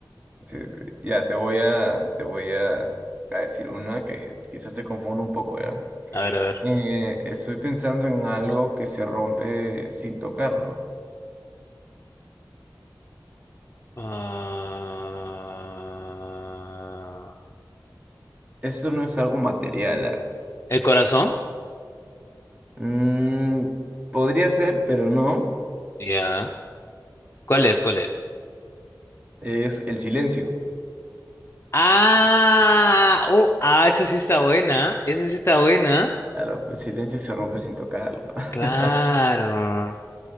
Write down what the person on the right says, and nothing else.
sí, sí. Ya, te voy a, te voy a, a decir una que quizás se confunda un poco, ¿ya?
Eh, estoy pensando en algo que se rompe sin tocarlo.
Esto no es algo material, ¿ah?
Mm, podría ser, pero no.
Es el silencio.
Claro, el silencio se rompe sin tocarlo. <laughs>